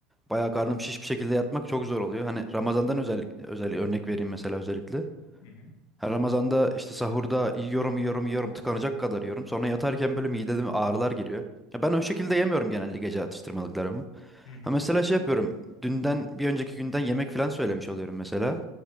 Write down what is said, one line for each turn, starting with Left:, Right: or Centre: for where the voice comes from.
Centre: bayağı karnım şiş bir şekilde yatmak çok zor oluyor. Hani Ramazan'dan özellikle özel örnek vereyim mesela özellikle.
Left: Hı hı,
Centre: Her Ramazan'da işte sahurda yiyorum yiyorum yiyorum tıkanacak kadar yiyorum. Sonra yatarken böyle mideme ağrılar giriyor. Ya ben o şekilde yemiyorum genelde gece atıştırmalıklarımı.
Left: hı hı,
Centre: Ha mesela şey yapıyorum. Dünden bir önceki günden yemek falan söylemiş oluyorum mesela.